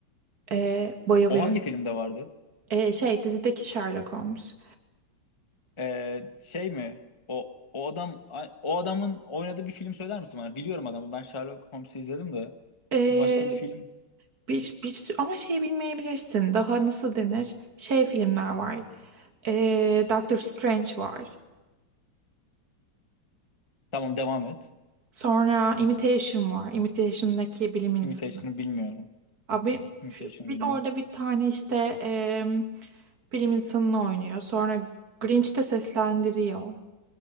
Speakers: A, on the right; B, on the left.
A: E, bayılıyorum.
B: o hangi filmde vardı?
A: E, şey dizideki Sherlock Holmes.
B: Ee, şey mi? O o adam o adamın oynadığı bir film söyler misin bana? Biliyorum adamı. Ben Sherlock Holmes'u izledim de.
A: E,
B: Başka bir film.
A: Bir, bir sü- ama şey bilmeyebilirsin. Daha nasıl denir? Şey filmler var. Ee, Doctor Strange var.
B: Tamam devam et.
A: Sonra Imitation var. Imitation'daki bilim insanı.
B: Imitation'ı bilmiyorum.
A: Abi
B: Imitation'ı
A: bir,
B: bilmiyorum.
A: orada bir tane işte em, bilim insanını oynuyor. Sonra Grinch'te seslendiriyor.